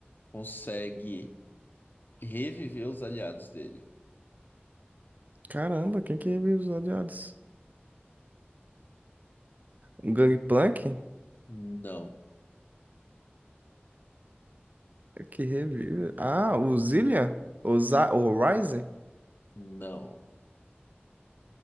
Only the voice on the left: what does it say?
consegue reviver os aliados dele?
Não.
Não.